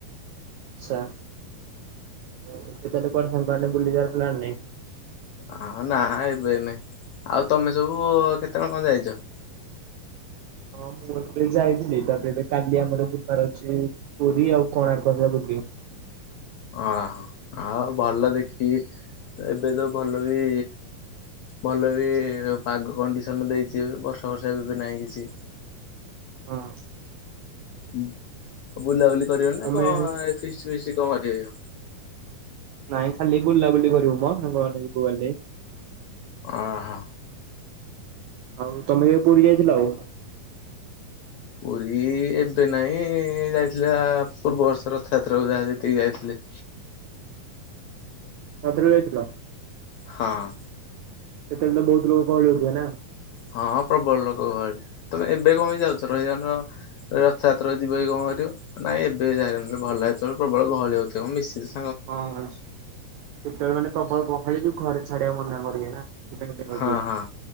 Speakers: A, on the right; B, on the left.
A: ଆଛା <unintelligible> ବୁଲି ଯିବାର ପ୍ଲାନ ନାଇଁ?
B: ଅ ନା ଏବେ ନାଇଁ ଆଉ ତମେ ସବୁ କେତେ ଜଣ କଣ ଯାଇଛ?
A: ହଁ ମୁଁ ଏବେ ଯାଇଥିଲି। ତାପରେ ଏବେ କାଲି ଆମର ବେପାର ଅଛି ପୁରୀ ଆଉ କୋଣାର୍କ ହକା ବୁଲି।
B: ଅ ଆଉ ଭଲ ଦେଖିକି ଏବେ ତ ଭଲ ବି ଭଲ ବି ପାଗ କଣ୍ଡିସନ ଦେଇଛିଏବେ ବର୍ଷା ବର୍ଷା ଏବେବି ନାହିଁ କିଛି।
A: ହଁ।
B: ଉଁ, ବୁଲାବୁଲି କରିବ ନା
A: ତମେ
B: କଣ ଏ ଫିଷ୍ ଫିଷ୍ଟ କଣ କରିବ?
A: ନାଇଁ ଖାଲି ବୁଲାବୁଲି କରିବୁ ମୋ ସାଙ୍ଗମାନେ ଯିବ ଗଲେ।
B: ଓ ହୋ!
A: ଆଉ ତୋମେ କେବେ ପୁଡୀ ଯାଇଥିଲ ଆଉ?
B: ପୁରୀ ଏବେ ନାହିଁ ଯାଇଥିଲା ପୂର୍ବବର୍ଷ ରଥଯାତ୍ରାକୁ ଯାହା ଯେତିକି ଯାଇଥିଲି।
A: ରଥ ରେ ଯାଇଥିଲ?
B: ହଁ।
A: ସେତେବେଳେ ତ ବହୁତ ଲୋକ ଗହଳି ହଉଥିବେ ନା?
B: ହଁଁ ପ୍ରବଳ ଲୋକ ଗହଳି। ତୋମେ ଏବେ କଣ ପାଇଁ ଯାଉଛ? ରହିଯାଉନ ରଥଯାତ୍ରା କୁ ଯିବ କି କଣ କରିବ। ନାଇଁ ଏବେ ଯା ନହେଲେ ଭଲ। ହେତଳୁ ପ୍ରବଳ ଗହଳି ହଉଥିବ ମୋ ମିଶସ୍
A: ହଁ <unintelligible> ସେତେବେଳେ ମାନେ ପ୍ରବଳ ଗହଳି ଯୋଉ ଘରେ ଛାଡିବାକୁ ମନା କରିବେ ନା। ସେଥିପାଇଁ ଯାଉଥିବେ।
B: ହଁ, ହଁ,